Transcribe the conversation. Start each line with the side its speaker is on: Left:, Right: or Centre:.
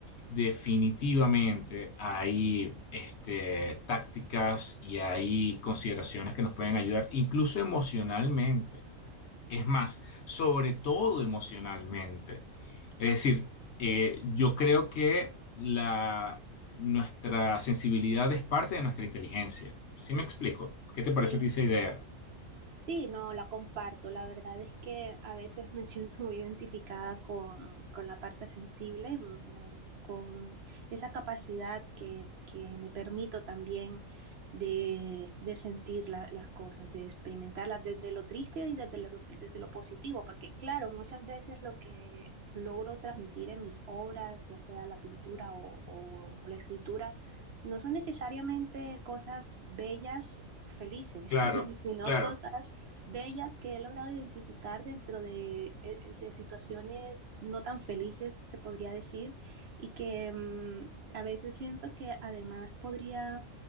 Left: definitivamente hay este, tácticas y hay consideraciones que nos pueden ayudar, incluso emocionalmente. Es más, sobre todo emocionalmente. Es decir, eh, yo creo que la, nuestra sensibilidad es parte de nuestra inteligencia. ¿Sí me explico? ¿Qué te parece
Right: Sí,
Left: a ti esa idea?
Right: Sí, no, la comparto. La verdad es que a veces me <laughs> siento muy identificada con, con la parte sensible, me- con esa capacidad que, que me permito también de, de sentir la- las cosas, de experimentarlas desde lo triste y desde lo, desde lo positivo, porque claro, muchas veces lo que logro transmitir en mis obras, ya sea la pintura o o- o la escritura, no son necesariamente cosas bellas felices,
Left: Claro,
Right: <laughs> sino
Left: claro.
Right: cosas bellas que he logrado identificar dentro de, eh, de situaciones no tan felices, se podría decir, y que um, a veces siento que además podría